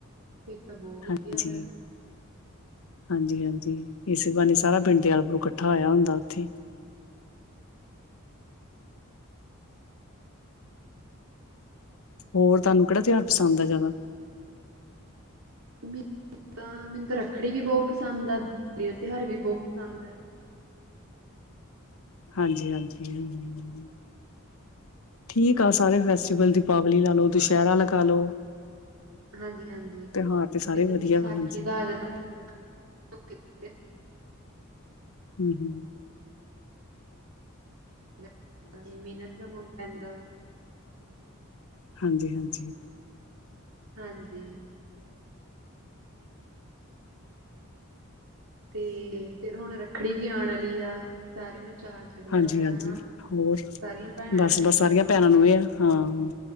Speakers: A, on the right (about 75°); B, on the left (about 75°).
A: ਫਿਰ ਤਾਂ ਬਹੁਤ ਵਧੀਆ
B: ਹਾਂਜੀ।
A: ਵੈ
B: ਹਾਂਜੀ ਹਾਂਜੀ ਇਸੀ ਬਹਾਨੇ ਸਾਰਾ ਪਿੰਡ ਦਿਆਲਪੁਰੂ ਇਕੱਠਾ ਹੋਇਆ ਹੁੰਦਾ ਉੱਥੇ। ਹੋਰ ਤੁਹਾਨੂੰ ਕਿਹੜਾ ਤਿਉਹਾਰ ਪਸੰਦ ਆ ਜ਼ਿਆਦਾ।
A: ਵਿੱਚ ਤਾਂ ਮੈਨੂੰ ਤਾਂ ਰੱਖੜੀ ਵੀ ਬਹੁਤ ਪਸੰਦ ਆ ਦੀਵਾਲੀ ਦਾ ਤਿਉਹਾਰ ਵੀ ਬਹੁਤ ਪਸੰਦ ਹੈ।
B: ਹਾਂਜੀ ਹਾਂਜੀ ਹੂੰਮ ਹੂੰਮ। ਠੀਕ ਆ ਸਾਰੇ ਫੈਸਟੀਵਲ ਦੀਪਾਵਲੀ ਲਾ ਲੋ ਦੁਸਹਿਰਾ ਲਗਾ ਲੋ।
A: ਹਾਂਜੀ ਹਾਂਜੀ
B: ਤਿਉਹਾਰ ਤੇ ਸਾਰੇ
A: ਫੇਰ
B: ਵਧੀਆ
A: ਵਿਸਾਖੀ
B: ਹਾਂਜੀ
A: ਦਾ ਆ ਜਾਂਦਾ <unintelligible>
B: ਹਮ ਹਮ।
A: <unintelligible> ਮਿਹਨਤ ਦਾ ਮੁੱਲ ਪੈਂਦਾ।
B: ਹਾਂਜੀ ਹਾਂਜੀ।
A: ਹਾਂਜੀ। ਤੇ ਫੇਰ ਹੁਣ ਰੱਖੜੀ ਵੀ ਆਉਣ ਵਾਲੀ ਆ ਸਾਰਿਆਂ ਨੂੰ ਚਾਅ। ਚੜਿਆ
B: ਹਾਂਜੀ
A: ਹੋਇਆ
B: ਹਾਂਜੀ
A: ਹਨਾ
B: ਹੋਰ
A: ਸਾਰੀਆਂ ਭੈਣਾਂ ਨੇ
B: ਬਸ
A: ਆਪਣੇ
B: ਬਸ ਸਾਰੀਆਂ
A: ਜਾਣਾ
B: ਭੈਣਾਂ
A: ਹੁੰਦਾ
B: ਨੂੰ ਇਹ ਆ ਹਾਂ।